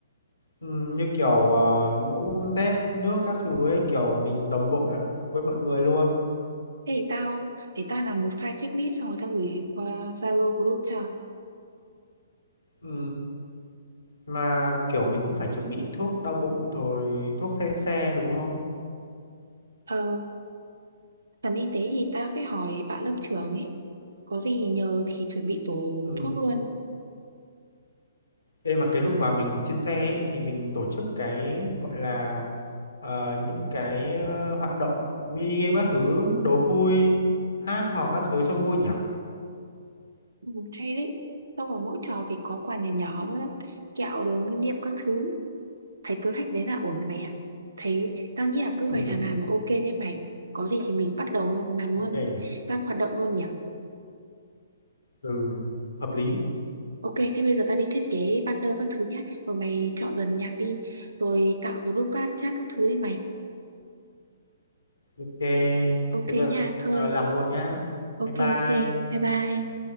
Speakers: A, on the left; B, on the right.
A: Ừ, như kiểu ờ, mũ, dép, nước các thứ ấy kiểu mình đồng bộ với mọi người luôn.
B: Thế thì tao, để tao làm một file checklist xong rồi tao gửi qua Zalo group cho.
A: Ừ. Mà kiểu mình cũng phải chuẩn bị thuốc đau bụng rồi thuốc xe xe đúng không?
B: Ờ, phần y tế thì tao sẽ hỏi bạn lớp trưởng ấy. Có gì nhờ thì chuẩn bị tổ
A: Ừ.
B: thuốc luôn.
A: Ê, mà cái lúc mà mình trên xe ấy, thì mình tổ chức cái gọi là ờ, những cái ờ, hoạt động mini game các thứ đố vui hát hò các thứ cho vui nhỉ
B: Ừ, hay đấy xong rồi mỗi trò thì có quà nhỏ nhỏ nữa kẹo đồ lưu niệm các thứ thấy kế hoạch đấy là ổn mày ạ thấy tao nghĩ là cứ
A: ừ
B: vậy là làm là ok đấy mày có gì thì mình bắt đầu luôn, làm
A: ok
B: luôn
A: nhỉ
B: các hoạt động luôn nhỉ
A: ừ hợp lý
B: ok thế bây giờ tao đi thiết kế banner các thứ nhá rồi mày chọn dần nhạc đi rồi tạo group các chat các thứ đi mày
A: ok
B: ok
A: thế bây
B: nha thôi
A: giờ làm luôn nhá
B: ok
A: bye bye
B: ok bye bye